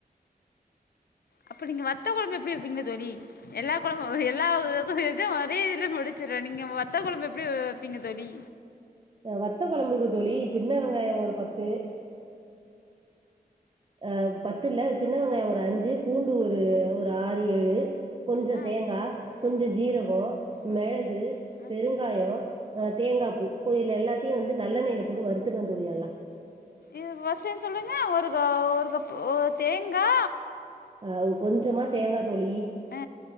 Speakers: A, on the left (about 80°); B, on the right (about 30°).
A: அப்ப நீங்க வத்த கொழம்பு எப்டி வப்பீங்க தோழி எல்லா கொழம்பு எல்லா இது ஒரே இதுல முடிச்சுர்றே நீங்க வத்த கெழம்பு எப்டி வெப்பீங்க தோழி
B: வத்தக் கொழம்புக்கு தோழி சின்ன வெங்காயோ ஒரு பத்து அ பத்துல்ல சின்ன வெங்காயோ ஒரு அஞ்சு பூண்டு ஒரு ஒரு ஆறு ஏழு கொஞ்சோ
A: ஆ
B: தேங்கா கொஞ்சோ
A: ஆ
B: ஜீரகோ
A: ஆ
B: மெளகு
A: ஆ
B: பெருங்காயோ ஆ தேங்கா பூ இப்போ இல் எல்லாத்தையு வந்து நல்லெண்ணெய்ல போட்டு வறுத்துருவே தோழி நல்லா
A: அ ஃபஸ்லேந்து சொல்லுங்க ஒரு க ஒரு கப் தேங்கா
B: ஆ கொஞ்சமா தேங்கா தோழி
A: ஆ